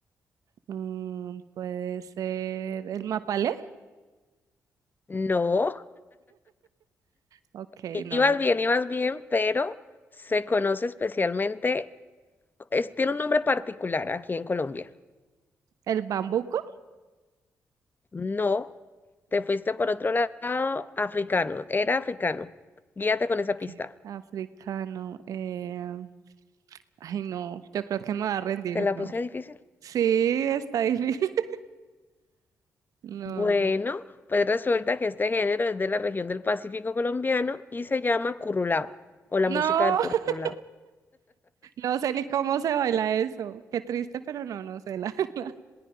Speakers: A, on the right; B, on the left.
A: Mm, puede ser el mapalé.
B: no.
A: Ok,
B: Ibas
A: no, el,
B: bien, ibas bien, pero se conoce especialmente, es- tiene un nombre particular aquí en Colombia.
A: el bambuco.
B: No, te fuiste por otro lado, africano, era africano. Guíate con esa
A: que-
B: pista.
A: Africano. eh, ay, no, yo creo que me va a rendir,
B: ¿Te la
A: no.
B: puse difícil?
A: Sí, está difícil. <laughs> No,
B: Bueno, pues resulta que este género es de la región del Pacífico colombiano y se llama currulao o la
A: no,
B: música del currulao.
A: <laughs> no sé ni cómo se baila eso. Qué triste, pero no, no sé la <laughs> verdad.